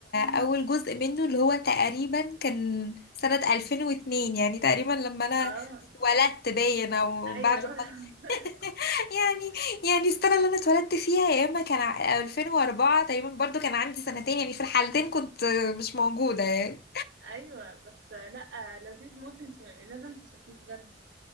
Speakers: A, on the left; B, on the right.
A: اول جزء منه اللي هو تقريبا كان سنه 2002 يعني تقريبا لما انا
B: اه
A: اتولدت باين او
B: ايوه
A: بعد ما <laughs>
B: <laughs>
A: يعني يعني السنه اللي انا اتولدت فيها يا اما كان ع- 2004 تقريبا برضو كان عندي سنتين يعني في الحالتين كنت مش موجوده يعني.
B: ايوه بس لا لذيذ موت انت لازم تشوفيه بجد